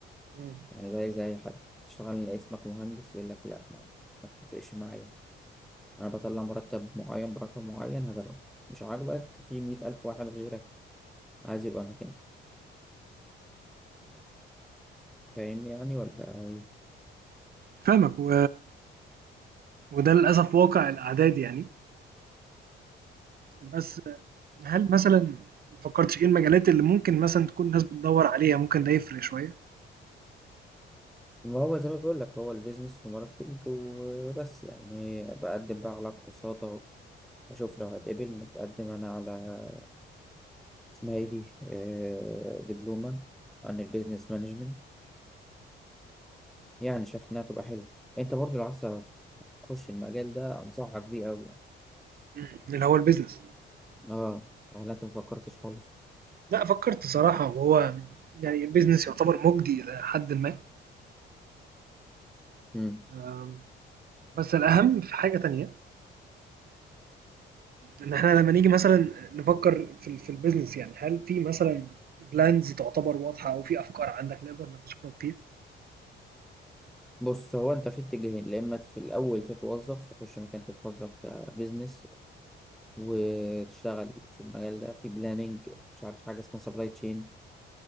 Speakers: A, on the right (about 50°); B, in the centre.
A: إمم.
B: يعني زي زي حد تشتغل اسمك مهندس يقول لك لأ ما ما بتفرقش معايا أنا بطلع مرتب معين برقم معين هتاخده مش عاجبك في مية ألف واحد غيرك عايز يبقى مكانك فاهمني يعني ولا إيه؟
A: فاهمك و وده للأسف واقع الأعداد يعني، بس هل مثلًا ما فكّرتش إيه المجالات اللي ممكن مثلًا تكون الناس بتدوّر عليها ممكن ده يفرق شوية؟
B: ما هو زي ما بقول لك هو البيزنس وماركتنج وبس يعني بقدم بقى على كورسات اهو اشوف لو هتقبل متقدم انا على اسمها ايه دي آه، دبلومة عن البيزنس مانجمنت يعني شايف انها تبقى حلوة انت برضو لو عايز تخش المجال ده انصحك بيه قوي يعني
A: إمم. اللي هو الbusiness.
B: اه ولا انت مفكرتش خالص
A: لأ فكّرت صراحة وهو يعني الbusiness يعتبر مُجدي إلى حدٍ ما،
B: مم.
A: آمم، بس الأهم في حاجة تانية ان احنا لما نيجي مثلا نفكر في ال- في البيزنس يعني هل في مثلا بلانز تعتبر واضحه او في افكار عندك نقدر نتشارك فيها؟
B: بص هو انت في اتجاهين يا اما في الاول تتوظف تخش مكان تتوظف كبيزنس وتشتغل في المجال ده في بلاننج مش عارف حاجه اسمها سبلاي تشين